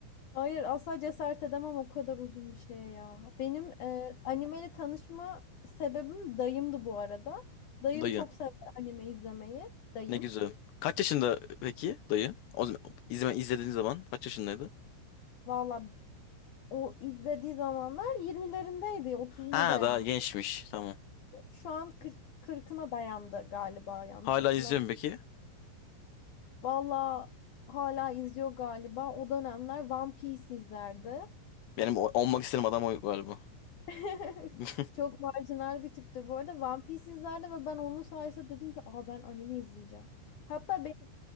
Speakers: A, on the left (about 45°); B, on the left (about 70°).
A: Hayır asla cesaret edemem o kadar uzun bir şeye ya. Benim e, animeyle tanışma sebebim dayımdı bu arada. Dayım
B: Dayı.
A: çok sever anime izlemeyi. Dayım.
B: Ne güzel. Kaç yaşında peki dayı? O zaman izleme izlediğin zaman kaç yaşındaydı?
A: Valla o izlediği zamanlar 20'lerindeydi. 30'una
B: Ha,
A: dayanmış.
B: daha gençmiş. Tamam.
A: Şu an 40, 40'ına dayandı galiba yanlış
B: Hala
A: hatırlamıyorum.
B: izliyorum peki.
A: Valla hala izliyor galiba. O dönemler One Piece izlerdi.
B: Benim o- olmak istediğim adam o galiba.
A: <laughs>
B: <laughs>
A: Çok marjinal bir tiptir. Bu arada One Piece izlerdi ve ben onun sayesinde dedim ki aa ben anime izleyeceğim. Hatta beni